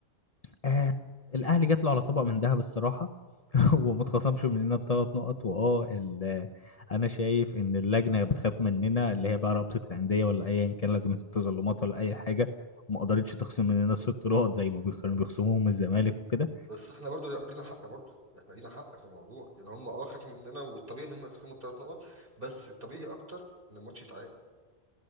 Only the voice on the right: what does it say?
بس احنا برضو لينا حق برضو احنا لينا حق في الموضوع يعني هم اه خافوا مننا والطبيعي ان هم يخصموا الثلاث نقط بس الطبيعي اكتر ان الماتش يتعاد